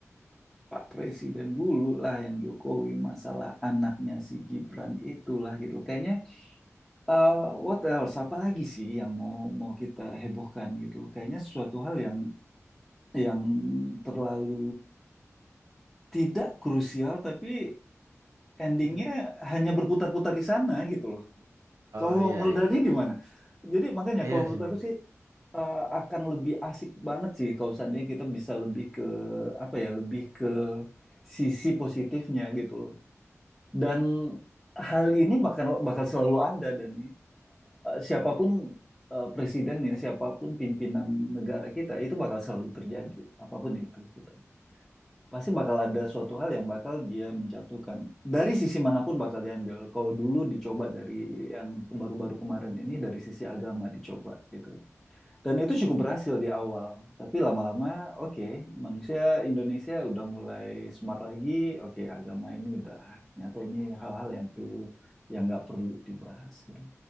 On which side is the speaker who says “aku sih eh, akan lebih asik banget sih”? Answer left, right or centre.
Centre